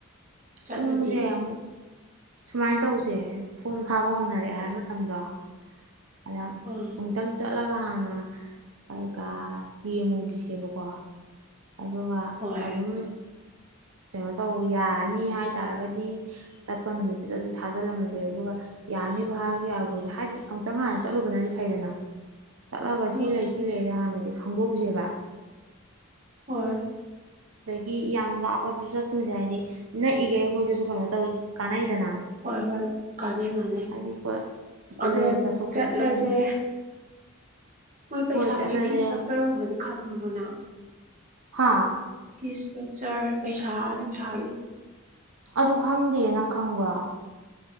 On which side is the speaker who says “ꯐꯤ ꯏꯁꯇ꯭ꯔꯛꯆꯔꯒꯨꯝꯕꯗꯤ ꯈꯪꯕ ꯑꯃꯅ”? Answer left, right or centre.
Right